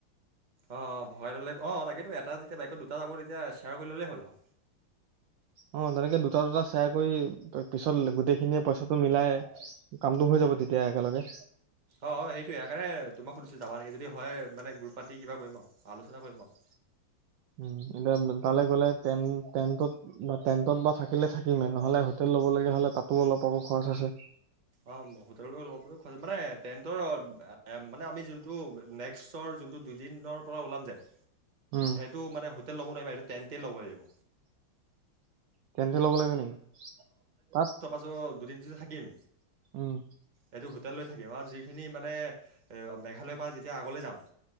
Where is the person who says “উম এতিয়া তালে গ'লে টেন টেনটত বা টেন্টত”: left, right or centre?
Right